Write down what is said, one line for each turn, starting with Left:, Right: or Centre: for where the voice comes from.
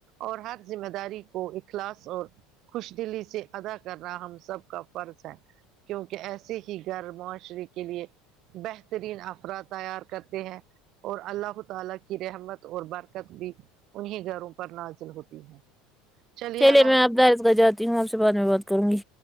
Right: اور ہر ذمہ داری کو اخلاص اور خوش دلی سے ادا کرنا ہم سب کا فرض ہے کیونکہ ایس ے ہی گھر معاشرے کے لیے بہترین افراد تیار کرتے ہیں اور اللہ ھو تعالی کی رحمت اور برکت بھی انہیں گھروں پر نازل ہوتی ہے چلیے
Centre: چلے
Right: اللہ حافظ
Centre: میں آب دس بجاتی ہوں آپ سے بعد میں بات کروں گی